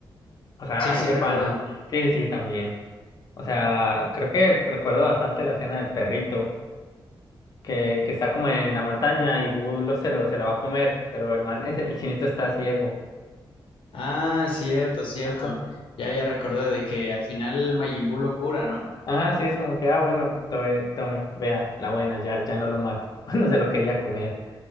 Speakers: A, on the left; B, on the left.
A: O sea,
B: Sí,
A: hay
B: sí,
A: de
B: recuerdo.
A: panas. Sí, sí, sí, también. O sea, creo que recuerdo bastante la escena del perrito que, que está como en la montaña y Bu lo, se lo, se lo va a comer, pero el man, <laughs> el chinito está ciego.
B: Ah, cierto, cierto.
A: Ajá.
B: Ya, ya recordé de que al final Majin Buu lo cura, ¿no?
A: Ajá, sí, es como que, ah, bueno, tome, tome, vea, la buena, ya, ya no lo mato. <laughs> Cuando se lo quería comer.